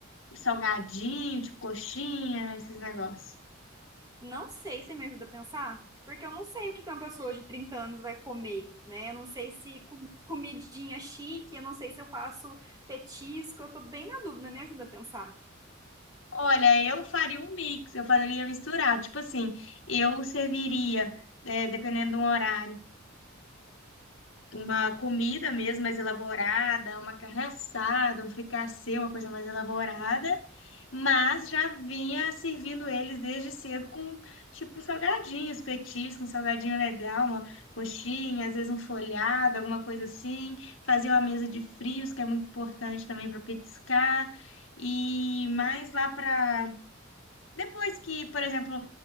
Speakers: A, on the left; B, on the right.
A: salgadinho, tipo coxinha, esses negócios?
B: Não sei se me ajuda a pensar, porque eu não sei o que que uma pessoa de 30 anos vai comer, né? Eu não sei se com- comidinha chique, eu não sei se eu faço petisco, eu tô bem na dúvida, me ajuda a pensar.
A: Olha, eu faria um mix, eu faria misturar. Tipo assim, eu serviria, eh, dependendo do horário. uma comida mesmo mais elaborada, uma carne assada, um fricassê, uma coisa mais elaborada, mas já vinha servindo eles desde cedo com tipo salgadinhos, petiscos, um salgadinho legal, uma coxinha, às vezes um folhado, alguma coisa assim. Fazia uma mesa
B: Hum,
A: de frios, que é muito importante também para petiscar. E mais lá para depois que, por exemplo,